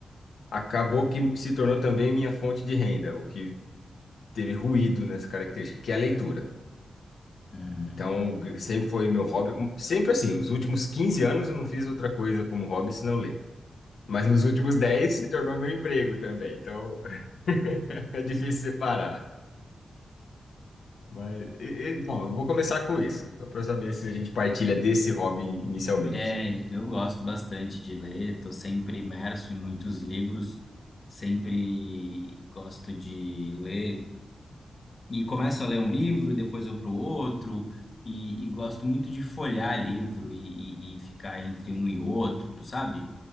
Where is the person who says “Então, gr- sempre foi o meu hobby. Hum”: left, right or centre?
Left